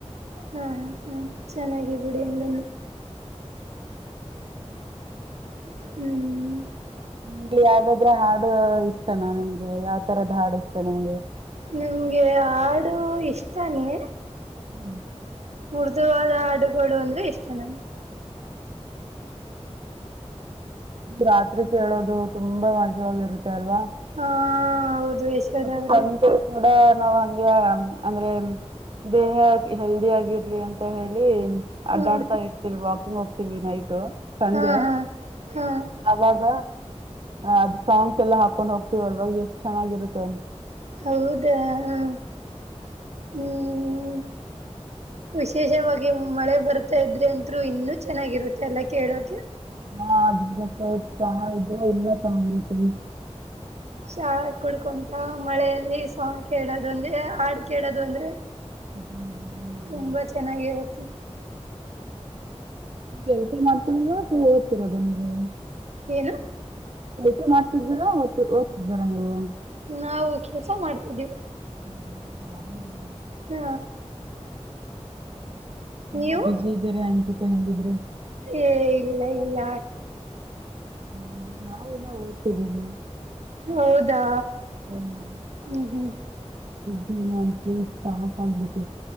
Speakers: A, on the right; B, on the right.
A: ಹಾ ಹ್ಮ ಚೆನ್ನಾಗಿಬಿಡಿ ಹಂಗಂದು ಹ್ಮ್
B: ನಿಮ್ ಯಾವ್ದಾದ್ರ ಹಾಡು ಇಷ್ಟನಾ ನಿಮ್ಗೆ ಯಾವ್ ತರದ್ ಹಾಡು ಇಷ್ಟ ನಿಮ್ಗೆ
A: ನಂಗೆ ಹಾಡು ಇಷ್ಟನೇ
B: ಹ್ಮ್
A: ಉಡ್ದಾದ ಹಾಡುಗಳು ಅಂದ್ರೆ ಇಷ್ಟ ನಮಗೆ.
B: ರಾತ್ರಿ ಕೇಳೋದು ತುಂಬಾ ಮಜವಾಗಿರುತ್ತೆ ಅಲ್ವಾ
A: ಹಾ ಹೌದು ಯಶೋದ
B: ಮತ್ತೆ
A: ಅವ್ರೇ
B: ಕೂಡ ನಾವ್ ಹಂಗಗೆ ಅಂದ್ರೆ ದೇಹ ಹೆಲ್ದಿ ಆಗಿರ್ಲಿ ಅಂತ ಹೇಳಿ ಅಡ್ಡಾಡ್ತಾ
A: ಹಾ
B: ಇರ್ತಿವಿ ವಾಕಿಂಗ್ ನೈಟ್ ಸಂಜೆ
A: ಹಾ ಹಾ ಹಾ
B: ಆವಾಗ ಅದು ಸಾಂಗ್ಸ್ ಎಲ್ಲ ಹಾಕ ಹಕೊಂಡ್ ಹೋಗ್ತತಿವಲ್ವಾಗ ಎಷ್ಟು ಚೆನ್ನಾಗಿರುತ್ತೆ
A: ಹೌದಾ ಹ ಹ್ಮ್ ಹ್ಮ್ ವಿಶೇಷವಾಗಿ ಮಳೆ ಬರ್ತಾ ಇದ್ರೆ ಅಂತ ರು ಇನ್ನುೂ ಚೆನ್ನಾಗಿರುತ್ತೆ ಎಲ್ಲ ಕೇಳೋಕೆ.
B: ಹ ಅದ ಜತೆ ಚ ಇದು ಎಲ್ಲ ಸಂಗತರಿ.
A: ಶಾ ಕುಡ್ಕೊಂತ ಮಳೆಯಲ್ಲಿ ಸಾಂಗ್ ಕೇಳೋದು ಅಂದ್ರೆ ಹಾಡ್ ಕೇಳೋದು ಒಂದೇ.
B: ಹ್ಮ್
A: ತುಂಬಾ ಚೆನ್ನಾಗಿರುತ್ತೆ.
B: ಹ್ಮ ಕೆಳ್ತ ಮಾಡ್ತಳ ಓದ್ತಿೀರದುಮಗೆ.
A: ಏನು
B: ಹೆಚ್ಚ ಮಾಡ್ತಿದ್ದೀರಾ ಓದ್ತ ಓದ್ತಿದ್ದೀರ ನೀವು.
A: ನಾವು ಕೆಲ್ಸ ಮಾಡ್ತಿದ್ದೀವಿ.
B: ಹ್ಮ್ ಹ್ಮ್ <inaudible>
A: ಹ
B: ತುಂಬಾ
A: ನೀವು
B: ಬಿಸಿ ಇದ್ದಾರೆ ಅನ್ಸುತ್ತ ಹೇಂಗಿದ್ರೆ.
A: ಏ ಇಲ್ಲ ಇಲ್ಲ.
B: ಹ್ಮ ಯಾವವು ನ ಓದ್ತಿದ್ದೀವಿ.
A: ಹೌದಾ
B: ಹ್ಮ್
A: ಹ್ಮ್ ಹ್ಮ್
B: ಮತ್ತೆ ಯಾವತ್ತು ಆಗುತ್ತ